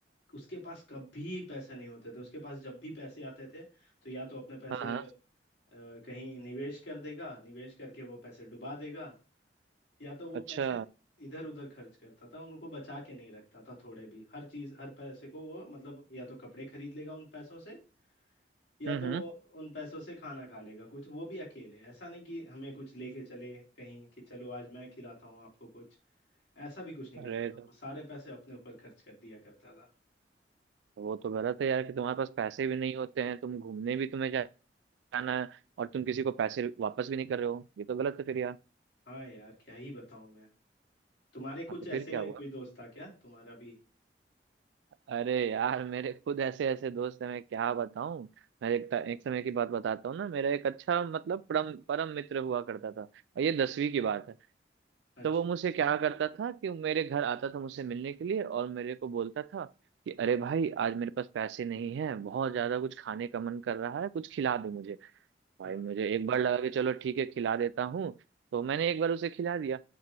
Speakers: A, on the left (about 75°); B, on the right (about 80°).
A: उसके पास कभी पैसे नहीं होते थे उसके पास जब भी पैसे आते थे तो या तो अपने पैसे
B: हाँ हाँ
A: अ, कहीं निवेश कर देगा निवेश करके वो पैसे डुबा देगा या तो वो
B: अच्छा
A: पैसे इधर उधर खर्च करता था उनको बचा के नहीं रखता था थोड़े भी हर चीज हर पैसे को वो मतलब या तो कपड़े खरीद लेगा उन पैसों से या
B: हम्म
A: तो
B: हम्म।
A: वो उन पैसों से खाना खा लेगा कुछ वो भी अकेले ऐसा नहीं कि हमें कुछ लेके चले कहीं कि चलो आज मैं खिलाता हूँ आपको कुछ ऐसा भी कुछ नहीं
B: अरे
A: करता था
B: तो
A: वो सारे पैसे अपने ऊपर खर्च कर दिया करता था
B: तो वो तो गलत है यार कि तुम्हारे पास पैसे भी नहीं होते हैं तुम घूमने भी तुम्हें जा- जाना है और तुम किसी को पैसे वापस भी नहीं कर रहे हो ये तो गलत है फिर यार
A: हाँ यार क्या ही बताऊं मैं तुम्हारे कुछ
B: हाँ तो
A: ऐसे
B: फिर क्या हुआ
A: कोई दोस्त था क्या तुम्हारा भी
B: अरे यार मेरे खुद ऐसे ऐसे दोस्त हैं मैं क्या बताऊं मैं एक, एक समय की बात बताता हूँ ना मेरा एक अच्छा मतलब परम परम मित्र हुआ करता था और ये दसवीं की बात है
A: अच्छा
B: तो वो मुझसे
A: अच्छा,
B: क्या करता था कि वो मेरे घर आता था मुझसे मिलने के लिए और मेरे को बोलता था कि अरे भाई आज मेरे पास पैसे नहीं है बहुत ज्यादा कुछ खाने का मन कर रहा है कुछ खिला दो मुझे भाई
A: हाँ
B: मुझे एक बार लगा कि चलो ठीक है खिला देता हूँ तो मैंने एक बार उसे खिला दिया